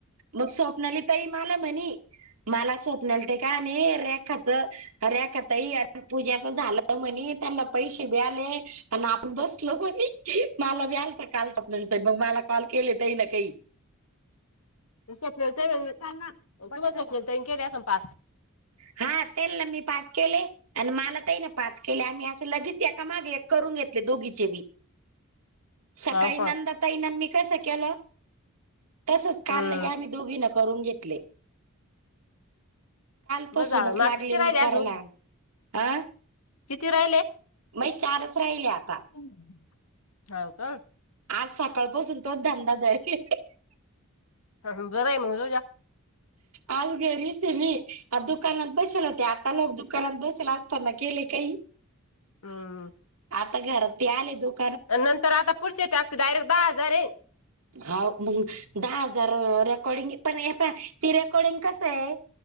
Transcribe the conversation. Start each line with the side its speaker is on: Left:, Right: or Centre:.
Right: मग स्वप्नाली ताई मला म्हनी, मला स्वप्नाल ते का रेखाच अ रेका ताई पूजाच झालं म्हणे त्याला पैशिबे आले आणि आपण बसलो ब मला बीआलता तर कॉल तर आपंतर मग मला कॉल केले तही ना काही
Left: पल सपल केले ना पाच
Right: हा तेलना मी पाच केले. आणि मला तही ना पाच केले आम्ही असं लगेच एका मागे करून घेतले दोघीचे बी सकाळी
Left: हो का
Right: नंदाताईना मी कसं केलं तसच काल
Left: हम्म
Right: लगे आम्ही दोघीन करून घेतले पासूनच
Left: बरं जा
Right: लागले
Left: मग किती
Right: मी
Left: राहिले अजून
Right: करायला अ
Left: किती राहिले
Right: मग चारच राहिले आता.
Left: <unintelligible> हो का.
Right: आज सकाळपासून तोच धंदा धरले
Left: ह जर आहे मग <unintelligible>
Right: आज घरीच आहे, मी आ दुकानात बसेल होते आता लोक दुकानात बसेल असताना केले काही,
Left: हम्म.
Right: आता घरात ते आले दोघं.
Left: नंतर, आता पुढचे टाक्स डायरेक्ट दहा हजार आहे.
Right: हा, मग दहा हजार रेकॉर्डिंग पण येता ती रेकॉर्डिंग कसं आहे.